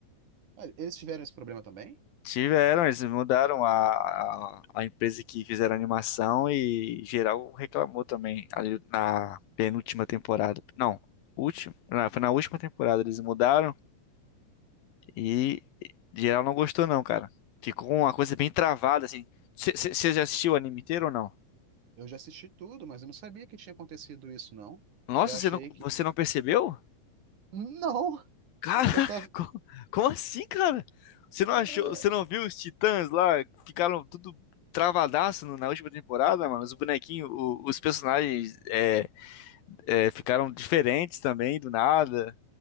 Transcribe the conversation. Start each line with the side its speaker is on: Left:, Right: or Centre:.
Right: Olha, eles tiveram esse problema também?
Left: Tiveram, eles mudaram a, a, a empresa que fizeram a animação e geral reclamou também ali na penúltima temporada. Não, última, não, foi na última temporada eles mudaram. E geral não gostou não, cara. Ficou uma coisa bem travada, assim. Você já assistiu o anime inteiro ou não?
Right: Eu já assisti tudo, mas eu não sabia que tinha acontecido isso, não.
Left: Nossa,
Right: Eu achei
Left: você não,
Right: que.
Left: você não percebeu?
Right: Não!
Left: Caraca, <laughs>
Right: Eu tava.
Left: co- como assim, cara? Você não
Right: Ah,
Left: achou, você não viu os Titãs lá? que Ficaram tudo travadaço no- na última temporada, mano. Os bonequinhos, o- os personagens é, é, ficaram diferentes também, do nada.